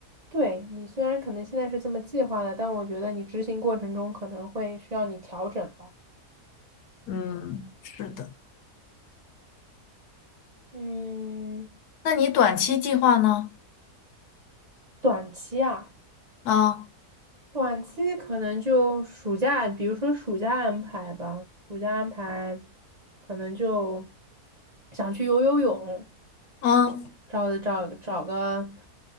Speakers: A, on the right; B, on the left.
A: 对，你虽然可能现在是这么计划的，但我觉得你执行过程中可能会需要你调整吧。
B: 嗯，是的。
A: 嗯，
B: 那你短期计划呢？
A: 短期啊，
B: 啊，
A: 短期可能就暑假，比如说暑假安排吧，暑假安排可能就想去游游泳，
B: 嗯
A: 找找找个